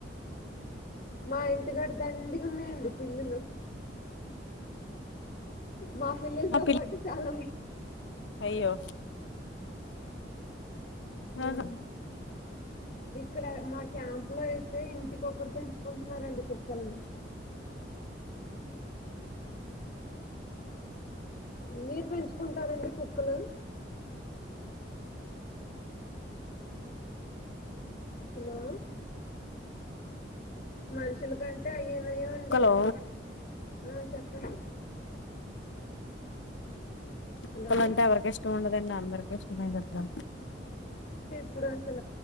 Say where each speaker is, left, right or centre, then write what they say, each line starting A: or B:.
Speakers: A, on the left (about 40°); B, on the left (about 80°).
A: మా ఇంటికాడ దండిగా ఉన్నాయి అండి పిలిలు మాఫిలీలతో
B: నా పిల్లి
A: పాటు చాలా
B: అయ్యో ఆహా
A: ఉమ్. ఇక్కడ మా క్యాంప్ లో అయితే ఇంటికక్కరు పెంచుకుంటున్నారండి కుక్కలని మీరు పెంచుకుంటారండి కుక్కలు హలో మనుషుల కంటే అయ్యేనమ్ అండి
B: కుక్కలు
A: ఇప్పుడు ఆ చెప్పండి హలో
B: కుక్కలంటే ఎవరికి ఇష్టం ఉండదండి అందరిక ఇష్టమే కదా
A: ప్పుడుస